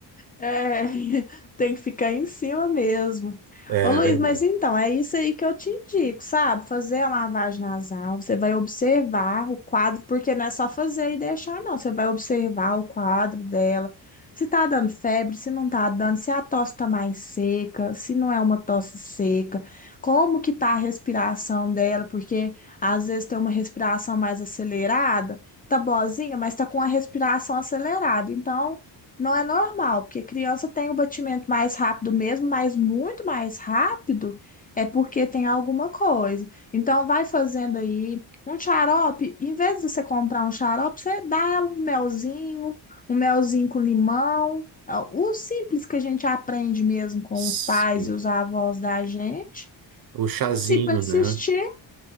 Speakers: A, on the left; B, on the right.
A: é, <laughs> tem que ficar em cima mesmo.
B: É,
A: Ô Luiz,
B: ver-
A: mas então, é isso aí que eu te indico, sabe? Fazer a lavagem nasal, você vai observar o quadro, porque não é só fazer e deixar, não. Você vai observar o quadro dela, se tá dando febre, se não tá dando, se a tosse tá mais seca, se não é uma tosse seca, como que tá a respiração dela, porque às vezes tem uma respiração mais acelerada, tá boazinha, mas tá com a respiração acelerada, então não é normal, porque criança tem o batimento mais rápido mesmo, mas muito mais rápido é porque tem alguma coisa. Então, vai fazendo aí um xarope. Em vez de você comprar um xarope, você dá ela um melzinho, um melzinho com limão. É O simples que a gente aprende mesmo com
B: sim.
A: os pais e os avós da gente.
B: O chazinho,
A: E se persistir,
B: né?